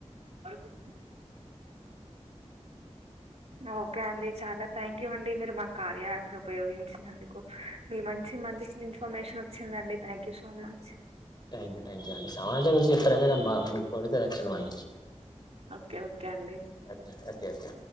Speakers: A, on the right (about 65°); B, on the left (about 35°).
A: ఉ. ఓకే అండి చాలా థ్యాంక్ యూ అండి మీరు మా కార్య యాప్ ఉపయోగించినందుకు మీ మంచి మంచి ఇన్ఫర్మేషన్ వచ్చిందండి thank you so much
B: thank you thank you అండి సమాజం గురించి చెప్పడమే నా పొడితే లక్షణం అండి
A: ఓకే ఓకే అండి.
B: Okay okay okay